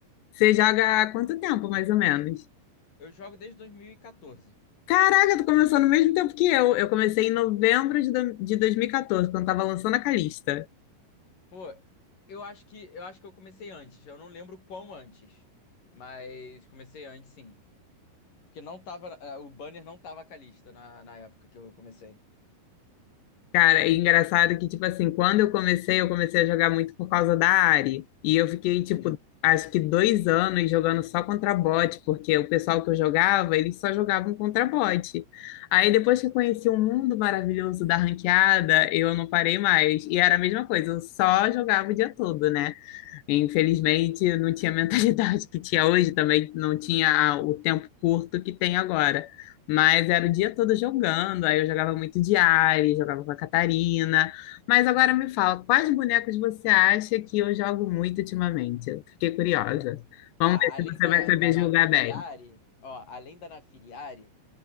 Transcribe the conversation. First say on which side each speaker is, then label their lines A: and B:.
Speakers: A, on the left (about 80°); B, on the left (about 50°).
A: você joga há quanto tempo, mais ou menos?
B: Eu jogo desde 2014.
A: Caraca, tu começou no mesmo tempo que eu. Eu comecei em novembro de do- de 2014, quando tava lançando a Calista.
B: Pô, eu acho que eu acho que eu comecei antes. Eu não lembro quão antes, mas comecei antes, sim. Porque não tava, eh, o banner não tava com a lista na, na época que eu comecei.
A: Cara, é engraçado que, tipo assim, quando eu comecei, eu comecei a jogar muito por causa da Ari. E eu fiquei,
B: Uhum.
A: tipo, acho que dois anos jogando só contra bot, porque o pessoal que eu jogava, eles só jogavam contra bot. Aí depois que eu conheci o mundo maravilhoso da ranqueada, eu não parei mais. E era a mesma coisa, eu só jogava o dia todo, né? Infelizmente, eu não tinha a <laughs> mentalidade que tinha hoje, também não tinha o tempo curto que tem agora. Mas era o dia todo jogando, aí eu jogava muito de Ari, jogava com a Catarina. Mas agora me fala, quais bonecos você acha que eu jogo muito ultimamente? Eu fiquei curiosa.
B: Tá,
A: Vamos ver se
B: além
A: você
B: da,
A: vai saber
B: da
A: julgar
B: Nafiriari,
A: bem.
B: ó, além da Nafiriari,